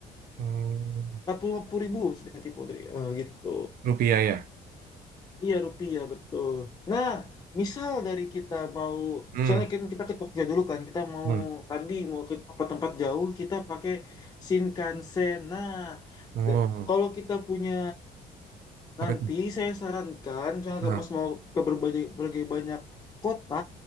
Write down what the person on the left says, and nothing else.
empat puluh lima puluh ribu maksudnya tipe dari, eh, gitu.
Iya rupiah betul. Nah, misal dari kita mau,
soalnya kan kita ke Tokyo dulu kan, kita mau
tadi mau ke tempat-tempat jauh, kita pakai Shinkansen. Nah,
de- kalau kita punya nanti,
saya sarankan, soalnya
Mas mau ke berbagai, berbagai banyak kota,